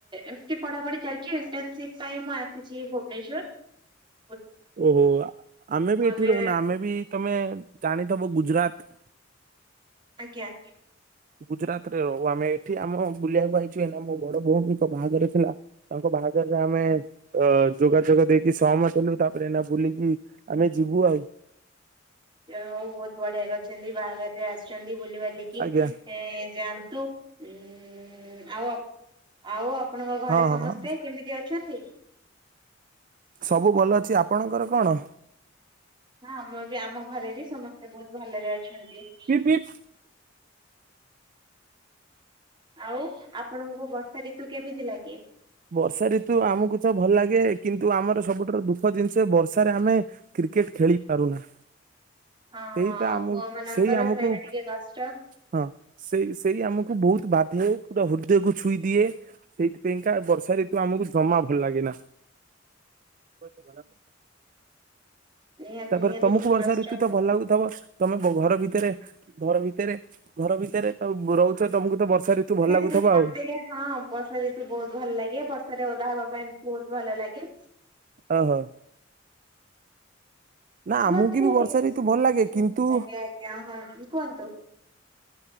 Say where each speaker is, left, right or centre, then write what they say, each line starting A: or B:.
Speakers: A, on the right; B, on the right.
A: ଏମତି ପଢାପଢି ଚାଲିଛି ଇଣ୍ଟନସିପ ପାଇଁ ମୁଁ ଆସିଛି ଭୁବନେଶ୍ଵର। ହଁ
B: ଓହୋ ଆମେ ବି ଏଠି
A: ଏବେ
B: ରହୁନା ଆମେ ବି ତମେ ଜାଣି ତମ ଗୁଜୁରାତ
A: ଆଜ୍ଞା।
B: ଗୁଜୁରାତ ରେ ରହୁ ଆମେ ଏଠି ଆମ ବୁଲିବାକୁ ପାଇଛୁ ଏନା ମୋ ବଡ ଭଉୀଙ୍କ ବାହାଘର ଥିଲା ତାଙ୍କ ବାହାଘର ତ ଆମେ ଅ ଯୋଗାଯୋଗ ଦେଇକି ସହମୟ ହେଲୁ ତାପରେ ଏନା ବୁଲିକି ଆମେ ଯିବୁ ଆଉ।
A: ଯାହା ହଉ ବହୁତ ବଢିଆ କରିଛନ୍ତି ବାହାଘରରେ ଆସିଛନ୍ତି ବୁଲି ବଲିକି।
B: ଆଜ୍ଞା।
A: ଏ ଜାଆନ୍ତୁ। ଉଁ ଉଁ ଉଁ ଆଉ ଆଉ ଆପଣଙ୍କ ଘରେ
B: ହଁ ହଁ
A: ସମସ୍ତେ କେମିତି ଅଛନ୍ତି?
B: ସବୁ ଭଲ ଅଛି ଆପଣଙ୍କର କଣ?
A: ହଁ ଆମର ବି ଆମ ଘରେ ବି ସମସ୍ତେ ବହୁତ ଭଲରେ ଅଛନ୍ତି। <inaudible>
B: ପିପ୍ ପିପ୍
A: ଆଉ ଆପଣଙ୍କୁ ବର୍ଷା ଋତୁ କେମିତି ଲାଗେ?
B: ବର୍ଷା ଋତୁ ଆମକୁ ତ ଭଲ ଲାଗେ। କିନ୍ତୁ ଆମର ସବୁଠାରୁ ଦୁଃଖ ଜିନିଷ ବର୍ଷାରେ ଆମେ କ୍ରିକେଟ ଖେଳି ପାରୁନା।
A: ହଁ
B: ସେଇ ତ ଆମକୁ
A: ପୁଅ ମାନଙ୍କର
B: ସେଇ ଆମକୁ
A: ସେଇଟା ଟିକେ କଷ୍ଟ
B: ହଁ ସେଇ ସେଇ ଆମକୁ ବହୁତ। ବାଧେ ପୁରା ହୃଦ୍ଦକୁ ଛୁଇଁ ଦିଏ ସେଇ ଟା ବର୍ଷା ଋତୁ ଆମକୁ ଜମା ଭଲ ଲାଗେ ନା। ଗତ <unintelligible>
A: ନିହାତି
B: ତାପରେ
A: ନିହାତି
B: ତମକୁ
A: ଟିକେ
B: ବର୍ଷା
A: କଷ୍ଟ।
B: ଋତୁ ତ ଭଲ ଲାଗୁଥିବ ତମେ ତ ଘର ଭିତରେ ଘର ଭିତରେ ଘର ଭିତରେ ତ ରହୁଛ ତମକୁ ତ ବର୍ଷା ଋତୁ ଭଲ
A: <unintelligible>
B: ଲାଗୁଥବ ଆଉ
A: ମେ ହଁ ବର୍ଷା ଯେତୁ ବହୁତ ଭଲ ଲାଗେ ବର୍ଷାାରେ ଓଧା ହବା ପାଇଁ ବହୁତ ଭଲ ଲାଗେ‌।
B: ଓହୋ। ନା ଆମକୁ
A: ମତେ
B: ବି
A: ଆଜ୍ଞା
B: ବର୍ଷା ଋତୁ ଭଲ ଲାଗେ କିନ୍ତୁ
A: ଆଜ୍ଞା ହଁ କୁହନ୍ତୁ। <inaudible>